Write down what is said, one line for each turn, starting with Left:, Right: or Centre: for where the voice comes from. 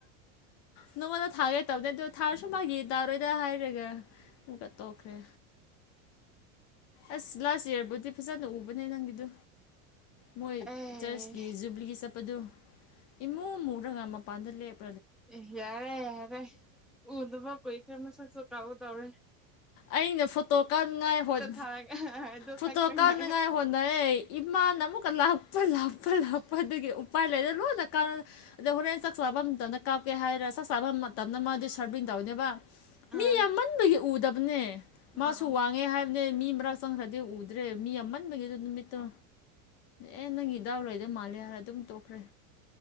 Left: ꯅꯉꯣꯟꯗ ꯊꯥꯒꯦ ꯇꯧꯕꯅꯦ ꯑꯗꯨ ꯊꯥꯔꯁꯨꯨꯝ ꯃꯥꯒꯦ ꯇꯥꯔꯣꯏꯗ ꯍꯥꯏꯔꯒ꯫ ꯃꯨꯛꯀ ꯇꯣꯛꯈ꯭ꯔꯦ꯫ ꯑꯁ ꯂꯥꯁ ꯌꯦꯔꯕꯨꯗꯤ ꯐꯖꯅ ꯎꯕꯅꯦ ꯅꯪꯒꯤꯗꯨ꯫ ꯃꯣꯏ
Centre: ꯑꯦ
Left: ꯆꯔꯆꯀꯤ ꯖꯨꯕ꯭ꯂꯤꯒꯤ ꯆꯠꯄꯗꯨ ꯏꯃꯨ ꯃꯨꯔꯒ ꯃꯄꯥꯟꯗ ꯂꯦꯞ
Centre: ꯑꯦ ꯌꯥꯔꯦ ꯌꯥꯔꯦ ꯎꯗꯨꯃ ꯀꯨꯏꯈ꯭ꯔꯦ ꯃꯁꯛꯁꯨ ꯀꯥꯎꯒꯇꯧꯔꯦ꯫
Left: ꯑꯩꯅ ꯐꯣꯇꯣ ꯀꯥꯞꯅꯉꯥꯏ ꯍꫭꯠ
Centre: ꯊꯥꯔꯒ ꯑꯗꯨ
Left: ꯐꯣꯇꯣ
Centre: ꯈꯛꯇ
Left: ꯀꯥꯞꯅꯉꯥꯏ
Centre: ꯉꯥꯏꯔꯦ
Left: ꯍꯣꯠꯅꯔꯦ꯫ ꯏꯃꯥꯅ ꯑꯃꯨꯛꯀ ꯂꯥꯛꯄ ꯂꯥꯛꯄ ꯂꯥꯛꯄꯗꯨꯒꯤ ꯎꯄꯥꯏ ꯂꯩꯔ ꯂꯣꯏꯅ ꯀꯥꯔ ꯑꯗꯣ ꯍꯣꯔꯦꯟ ꯆꯥꯛ ꯆꯥꯕ ꯃꯇꯝꯗ ꯀꯥꯞꯀꯦ ꯍꯥꯏꯔ ꯆꯥꯛ ꯆꯥꯕ ꯃꯇꯝꯗ ꯃꯥꯗꯤ ꯁꯥꯔꯚꯤꯡ ꯇꯧꯅꯦꯕ꯫ ꯃꯤ
Centre: ꯑꯥ
Left: ꯌꯥꯝꯃꯟꯕꯒꯤ ꯎꯗꯕꯅꯦ ꯃꯥꯁꯨ
Centre: ꯑꯥ
Left: ꯋꯥꯡꯉꯦ ꯍꯥꯏꯕꯅꯦ ꯃꯤ ꯃꯔꯛ ꯆꯪꯈ꯭ꯔ ꯊꯤ ꯎꯗ꯭ꯔꯦ ꯃꯤ ꯌꯥꯝꯃꯟꯕꯒꯤ ꯗꯨ ꯅꯨꯃꯤꯠꯇꯣ꯫ ꯑꯦ ꯅꯪꯒꯤ ꯗꯥꯎ ꯂꯩꯗ ꯃꯥꯜꯂꯦ ꯍꯥꯏꯔ ꯑꯗꯨꯝ ꯇꯣꯛꯈ꯭ꯔꯦ꯫